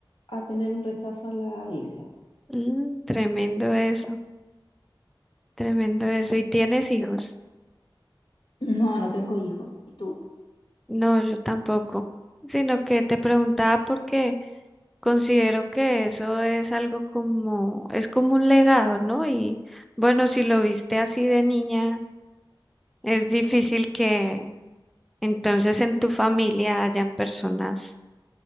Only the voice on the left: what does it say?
a tener un rechazo a la Biblia.
No, no tengo hijos. ¿Y tú?